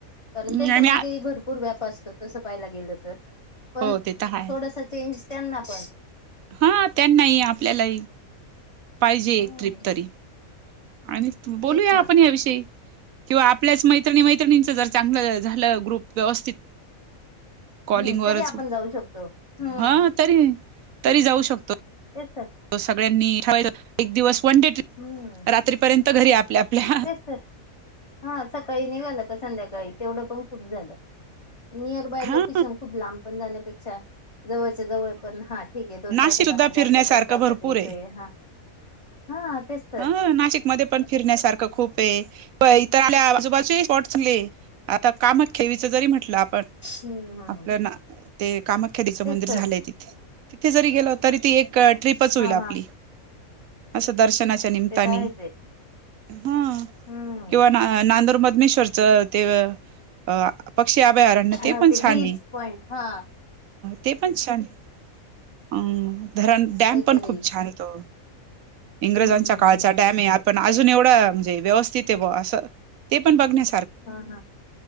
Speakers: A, on the left (about 20°); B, on the right (about 75°).
A: कारण
B: नाही
A: त्यांच्या
B: नाही.
A: मागे भरपूर व्याप असत तसं पाहायला गेलं. तर पण
B: हो ते तर आहे
A: थोडस चेंज त्यांना पण.
B: हा त्यांनाही आपल्यालाही पाहिजे एक
A: हम्म
B: ट्रीप तरी. आणि बोलूया
A: तेच ना
B: आपण याविषयी किंवा आपल्याच मैत्रिणी मैत्रिणींच जर. चांगलं झालं ग्रुप व्यवस्थित.
A: हम्म
B: कॉलिंग वरचं
A: तरी आपण जाऊ शकतो हम्म
B: हा तरी तरी जाऊ शकतो.
A: तेच तर.
B: तर सगळ्यांनी ठेवायच एक दिवस वन डे ट्रीप.
A: हम्म.
B: रात्रीपर्यंत घरी आपल्या आपल्या.
A: तेच हा सकाळी निघालं का, संध्याकाळी तेवढं पण खूप झालं. नियर बाय
B: हा
A: लोकेशन खूप लांब पण जाण्यापेक्षा. जवळच्या जवळ पण हा ठीक आहे. दोन
B: नाशिक
A: तासात
B: सुद्धा
A: आपण जातोय
B: फिरण्यासारखं
A: दोन तासात
B: भरपूर
A: येतोय हा. हा तेच. तर
B: अ नाशिकमध्ये पण फिरण्यासारखं खूप ये. इथ आल्या आजोबाचे स्पॉट चांगले. आता काम खेवीच जरी म्हटलं आपण.
A: हम्म हम्म
B: आपल्या ना. ते कामाख्या देवीचं
A: तेच
B: मंदिर
A: तर
B: झालंय तिथे. तिथे जरी गेलो तरी ती एक ट्रीप चं
A: हा
B: होईल आपली.
A: हा
B: असं दर्शनाच्या निम्तानी.
A: ते तर आहेच आहे
B: हा
A: हम्म
B: किंवा ना नांदूर मधनेश्वरचं ते. अ पक्षी अभयअरण्य ते
A: हा
B: पण छान
A: बीच
B: ये.
A: पॉइंट हा
B: ते पण छान ये अ. धरण डॅम
A: काहीतरी
B: पण खूप छानाय तो. इंग्रजांच्या
A: हम्म हम्म
B: काळचा
A: हम्म
B: डॅम आपण अजून एवढ म्हणजे व्यवस्थित ये बुवा असं ते पण बघण्या
A: हा हा